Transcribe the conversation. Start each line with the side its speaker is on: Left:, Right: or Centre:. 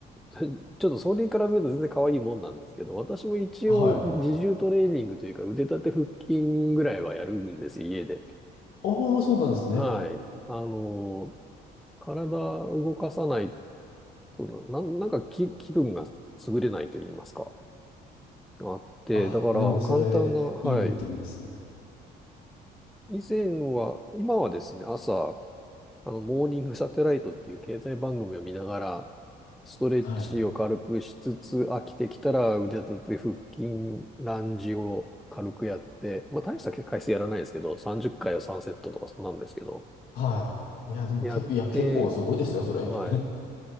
Centre: ちょっとそれに比べると全然可愛いもんなんですけど、私も一応自重トレーニングというか腕立て腹筋ぐらいはやるんです家で。
Left: はい。ああ、そうなんですね。
Centre: はい。あの、体動かさないとな、な、なんか気、気分が優れないと言いますか。あって、
Left: あ、
Centre: だから簡単な、
Left: でもそれ、
Centre: はい。
Left: いいルーティンですね。
Centre: 以前は、今はですね、朝、あの、モーニングサテライトっていう経済番組を見ながら、ストレッチを軽くしつつ、
Left: はい。
Centre: 飽きてきたら腕立て、腹筋、ランジを軽くやって、まあ大した回数やらないですけど、30回を3セットとかそんなんですけど、
Left: はい。いや、でも結構、
Centre: やって、
Left: いや、結構すごいですよ、それ。
Centre: はい。
Left: <laughs>